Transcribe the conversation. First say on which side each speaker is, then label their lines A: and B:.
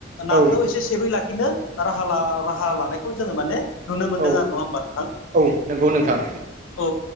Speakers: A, on the right; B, on the left.
A: औ
B: नाखौ एसे सेबयै लाखिनो राहा ला राहा लानायखौ जोङो माने नुनो मोनदों
A: औ
B: आरो नङा होमबा नोंथां?
A: औ नंगौ नोंथां
B: औ